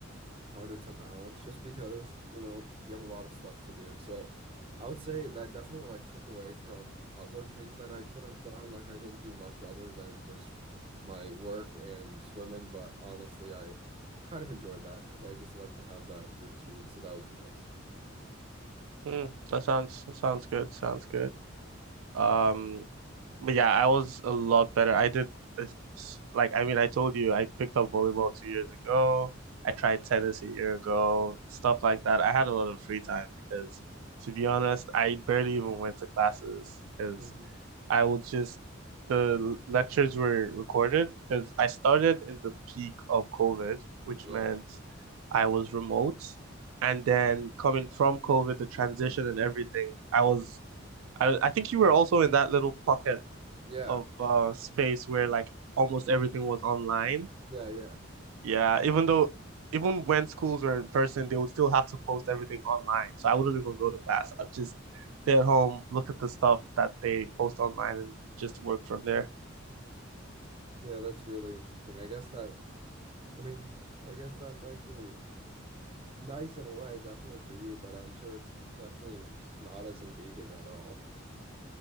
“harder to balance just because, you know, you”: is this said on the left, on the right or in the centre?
Right